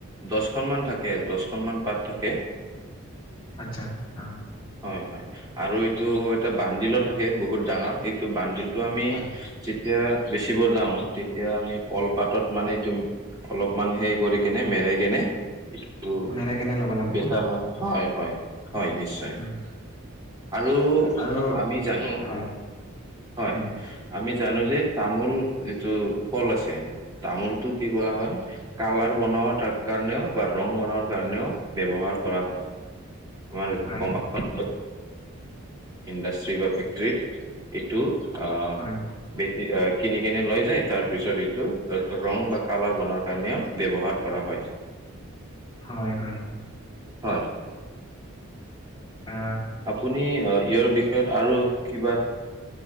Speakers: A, on the right; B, on the left.
A: দচখনমান থাকে আৰু দছখন মান পাত থাকে। <inaudible>
B: আচ্ছা। অ
A: হয়, হয়, আৰু এইটো এটা বান্দিলো থাকে বহুত ডাঙৰ, এই এইটো বানডিলটো আমি
B: হয়
A: যেতিয়া বেচিব যাওঁ। তেতিয়া আমি কলপাতত মানে তু অলপমান হে কৰি কেনে মেৰাই কেনে এইটো
B: নেৰে কেনে ল'ব লাগিব
A: বেচা হয়, হয়, হয়, হয়, নিশ্চয়।
B: <inaudible>
A: আৰু
B: আৰু
A: আমি জানো।
B: হয়
A: হয়,
B: উম
A: আমি জানো যে তামোল যিটো ফল আছে, তামোলটো কি কৰা হয়, কালাৰ বনোৱাত কাৰণেও বা ৰং বনোৱাৰ কাৰণেও ব্যৱহাৰ কৰা হয়, আমাৰ
B: হয়
A: <unintelligible> ইণ্ডাষ্ট্ৰি বা ফেক্টৰিত এইটো অ'।
B: হয়
A: বেছি কিনি কেনে লৈ যায় তাৰ পিছত এইটো ৰং বা কালাৰ বনোৱাৰ কাৰণেও ব্যৱহাৰ কৰা হয়।
B: হয়, হয়।
A: হয়।
B: অ'।
A: আপুনি ইয়াৰ বিষয়ত আৰু কিবা